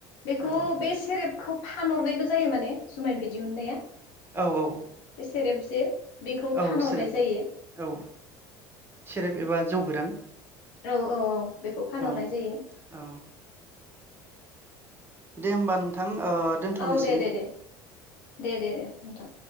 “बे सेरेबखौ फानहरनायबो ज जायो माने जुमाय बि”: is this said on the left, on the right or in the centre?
Left